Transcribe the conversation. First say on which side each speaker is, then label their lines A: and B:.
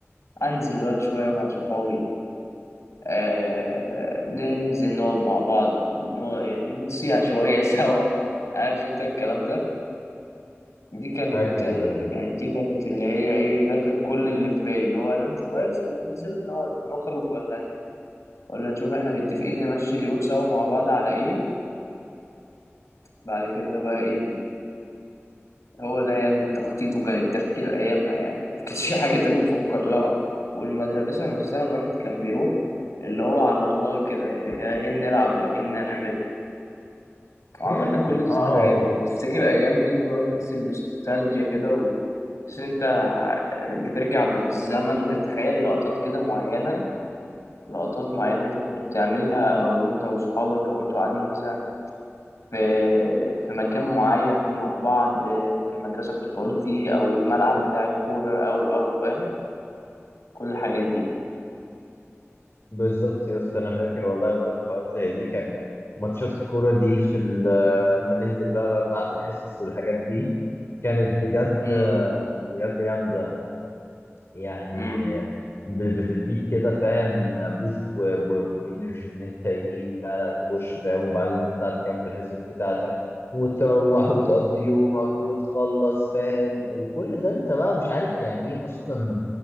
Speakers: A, on the left; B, on the left.
A: انزل بقى شويه مع صحابي آه ننزل نقعد مع بعض نقعد يعني نصيع شويه <laughs> سوا عارف انت الكلام ده دي كانت
B: ايوه
A: آه،
B: ايوه
A: يعني دي كانت اللي هي ايه ده كان كل اللي في بالي اللي هو انام شويه عشان ننزل نقعد نخرج ولا ن- ولا نشوف احنا متفقين نمشي اليوم سوا مع بعض على ايه بعد كده بقى ايه هو ده يعني تخطيط وكان التفكير أيامها يعني <laughs> ما كانش في حاجة تانية تفكر لها والمدرسة نفسها الواحد كان بيروح اللي هو على الله كده رايحين نلعب رايحين نعمل وعملنا
B: <laughs>
A: كل الذكريات
B: اه والله
A: لما تفتكر الأيام دي اللي هو تحس بنوستالجيا كده و بس أنت بترجع بالزمن وتتخيل لقطات كده معينة لقطات معينة أنت كنت بتعملها أو أنت وأصحابك أو أنتوا قاعدين مثلا في في مكان معين مع بعض آه، في المدرسة كنتوا بتقعدوا فيه أو الملعب بتاع الكورة أو أو فاهم كل الحاجات دي
B: بالظبط يا اسطى انا فاكر والله برضه حوارات زي دي كان ماتشات الكوره دي في ال- لما ننزل بقى, بقى بعد الحصص والحاجات دي كانت بجد
A: مم.
B: آه، بجد جامده يعني
A: مم.
B: ب- بتديك كده فاهم بوش و... و... وانرجي ان انت ايه لا لا تخش فاهم وبعدين تطلع تكمل الحصص بتاعتك وتروح وتقضي يومك وتخلص فاهم وكل ده انت بقى مش عارف يعني ايه اصلا